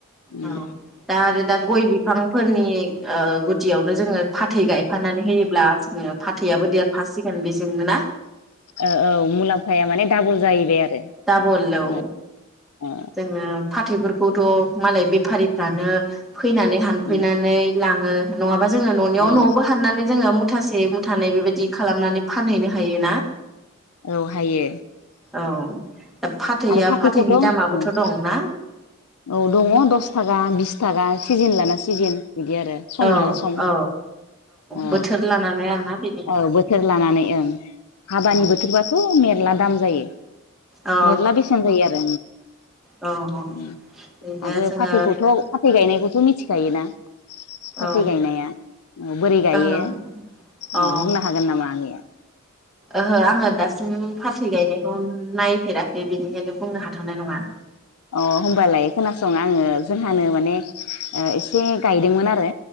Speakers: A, on the left (about 85°); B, in the centre.
A: उम
B: औ दा आरो दा गय बिफांफोरनि ओ गुदियावनो जोङो फाथै गायफानानै होयोब्ला फाथैयाबो देरफासिगोन बेजों जोंनो ना?
A: ओ औ मुलाम्फाया माने डाबल जायैबाय आरो।
B: दाबल औ
A: ओ ओ
B: जोङो फाथैफोरखौथ' मालाय बेफारिफ्रानो फैनानै हानफैनानै
A: उम
B: लाङो नङाब बा जोङो न'नियाव
A: औ
B: न'आवबो हाननानै जोङो मु थासे मुथानै बेबायदि खालामनानै फानहैनो हायो ना।
A: औ हायो।
B: औ दा फाथैया
A: आरो फाथैखौथ'
B: फाथैनि
A: अह
B: दामाबोथ' दंना
A: औ दङ दस थागा बिस थागा जेन लाना सिजेन। बिदि आरो सम
B: औ
A: लाना सम
B: औ
A: औ
B: बोथोर लानानै आरोना बेनि
A: औ बोथोर लानानै ओं हाबानि
B: औ
A: बोथोरबाथ' मेरला दाम जायो।
B: औ
A: मेरला बेसेन जायो आरो
B: औ औ
A: उम
B: ओरैनो
A: आरो
B: जोङो
A: फाथैखौथ' फाथै गायनायखौथ' मि थिखायोना। फाथै
B: औ
A: गायनाया बोरै गायो
B: ओहो
A: ओ
B: औ
A: बुंनो हागोन नामा आगैया?
B: ओहो आङो दासिम फाथै गायनायखौ नायफेराखै बेनिखायनो बुंनो हाथ'नाय नङा।
A: अह होनोमबालाय खोनासं आङो जोंहानो माने एसे गायदोंमोन आरो